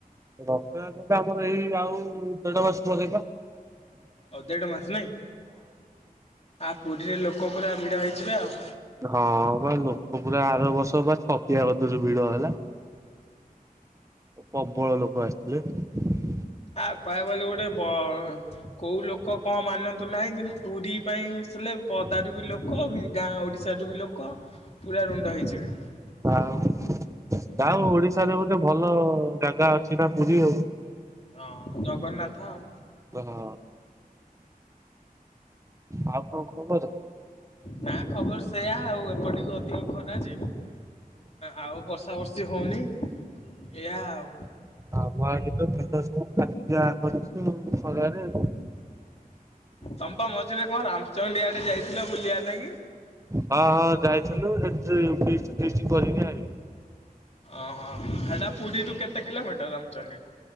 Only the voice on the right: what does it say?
ରଥ ଯାତ୍ରା ଆମର ଏଇ ଆଉ ଦେଢ ମାସେ ପରେପା।
ହଁ ବା ଲୋକ ପୁରା ଆର ବର୍ଷ ବା ଛତିଆକତିରୁ ଭିଡ ହେଲା। ପବଳ ଲୋକ ଆସିଥିଲେ।
ହ ଯାହାହଉ ଓଡିଶାରେ ଗୋଟେ ଭଲ ଜାଗା ଅଛି ନା ପୁରୀ ଆଉ।
ହଁ ଆଉ କଣ ଖବର?
ଆଉ ଆମଆଡ଼େ ତ ବିଲ ସବୁ ଫାଟିକି ଆଁ କରିଛି ଆଉ ଖରାରେ।
ହଁ ହଁ ଯାଇଥିଲୁ ସେଠି ଫିଷ୍ଟ୍ ଫିଷ୍ଟ କରିକି ଆଇଲୁ।